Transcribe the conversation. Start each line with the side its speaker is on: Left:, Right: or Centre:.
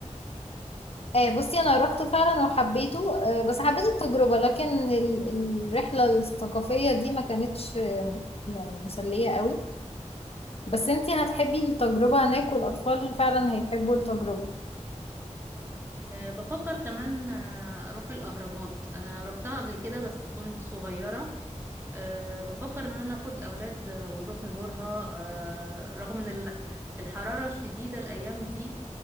Left: آه، بصي انا روحت فعلا وحبيته آه، بس حبيت التجربة لكن ال- الرحلة الثقافية دي ما كانتش آه، يعني مسلية قوي بس انتي هتحبي التجربة هناك والاطفال فعلا هيحبوا التجربة
Right: آه، بفكر كمان آه، اروح الاهرامات انا روحتها قبل كده بس كنت صغيرة آه، بفكر ان انا اخد الاولاد آه، ونروح نزورها آه، رغم ان ال- الحرارة الشديدة الايام دي